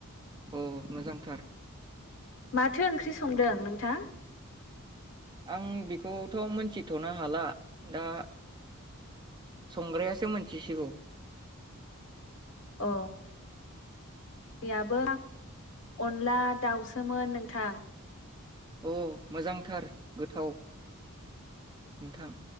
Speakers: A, on the right; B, on the left.
A: अ मोजांथार।
B: माथो ओंख्रि संदों नोंथां?
A: आं बेखौथ मोनथिथनो हाला दा संग्रायासो मोनथिसिगौ।
B: अ। बिया <unintelligible> अनला दाउसोमोन नोंथां।
A: अ मोजांथार गोथाव। नोंथां।